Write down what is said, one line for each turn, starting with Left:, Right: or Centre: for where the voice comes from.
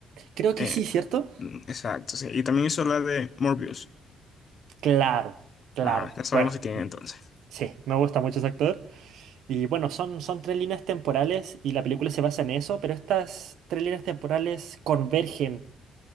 Right: creo que
Left: Eh,
Right: sí, ¿cierto?
Left: mm, exacto, sí. Y también hizo la de Morbius.
Right: Claro, claro.
Left: Ah, ya sabemos
Right: Bueno,
Left: quién es entonces.
Right: sí, me gusta mucho ese actor. Y bueno, son, son tres líneas temporales y la película se basa en eso, pero estas tres líneas temporales convergen